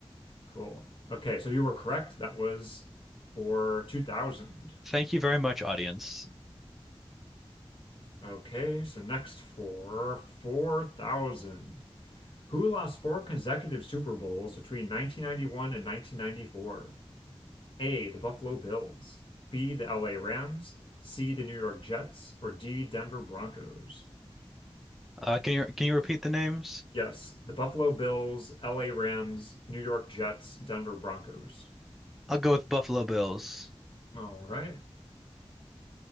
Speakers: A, on the left; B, in the centre.
A: cool. Okay, so you were correct. That was for 2000.
B: Thank you very much, audience.
A: Okay, so next for 4000. Who lost four consecutive Super Bowls between 1991 and 1994? A. The Buffalo Bills. B. The LA Rams. C. The New York Jets. Or D. Denver Broncos?
B: Uh, can you can you repeat the names?
A: Yes, the Buffalo Bills, LA Rams, New York Jets, Denver Broncos.
B: I'll go with Buffalo Bills.
A: All right.